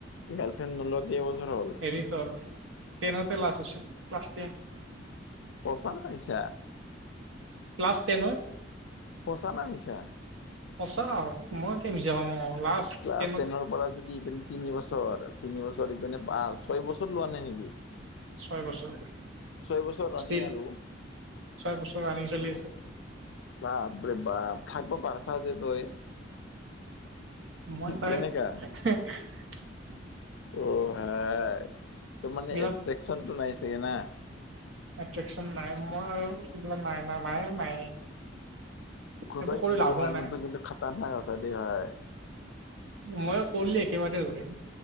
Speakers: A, on the left; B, on the right.
A: গাৰ্লফ্ৰেণ্ড নোলোৱা কেইবছৰ হ'ল?
B: হেৰি হ'ল টেনতে লাষ্ট আছিল। Class ten.
A: সঁচা নে মিছা?
B: ক্লাছ টেন অই
A: সঁচা না মিছা?
B: সঁচা। মই কিয় মিছা ক'ম আক'! লাষ্ট
A: ক্লাছ
B: টেনত
A: টেনৰ পৰা যদি ইপিনে তিনি বছৰ, তিনিবছৰ ইপিনে পাঁচ, ছয় বছৰ লোৱা নাই নেকি?
B: ছয় বছৰ
A: ছয় বছৰ ৰানিং
B: ষ্টিল
A: আৰু!
B: ছয় বছৰ ৰানিং চলি আছে।
A: বাপ ৰে বাপ, থাকব পাৰছা যে তই!
B: মই পায়
A: কেনেকা
B: <unintelligible>
A: অ' ভাই! তোৰ মানে
B: এইগিলা
A: এট্ৰেকচনটো নাই চাগে না?
B: এট্ৰেকচন নাই। মই আৰু এইগ্লা নাই বা নাই নাই।
A: সচাই
B: এইবোৰ কৰি
A: কিন্তু
B: লাভো
A: তই মানুহটো
B: নাই
A: কিন্তু খাটাৰনাক আছা দেই ভাই।
B: মই কৰলি একেবাৰে কৰিম,